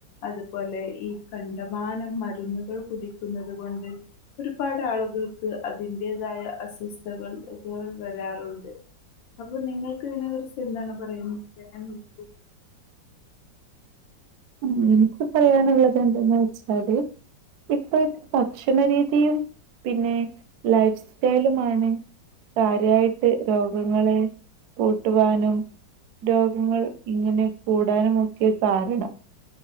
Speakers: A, on the left (about 85°); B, on the right (about 70°).
A: അതുപോലെ ഈ കണ്ടമാനം മരുന്നുകൾ കുടിക്കുന്നത് കൊണ്ട് ഒരുപാട് ആളുകൾക്ക് അതിൻ്റേതായ അസ്വസ്ഥകൾ ഇൾ വരാൻ അപ്പൊ നിങ്ങൾക്ക് ഇതിനെ കുറിച്ച് എന്താണ് പറയുന്നത്
B: ഉം എനിക്ക് പറയാനുള്ളത് എന്തന്ന് വെച്ചാല് ഇപ്പൊ ഭക്ഷണ രീതിയും പിന്നെ ലൈഫ് സ്റ്റൈലുമാണ് കാര്യായിട്ട് രോഗങ്ങള് കൂട്ടുവാനും രോഗങ്ങൾ ഇങ്ങനെ കൂടാനും ഒക്കെ കാരണം